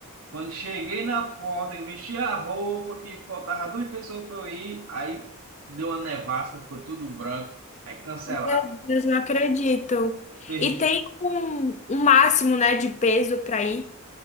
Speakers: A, on the right (about 60°); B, on the left (about 30°).
A: Quando cheguei na porta, que vesti a roupa, que faltava duas pessoas para eu ir, aí deu uma nevasca, ficou tudo branco, aí cancelaram.
B: Meu Deus, não acredito.
A: Perdi
B: E tem um, um máximo, né, de peso para ir.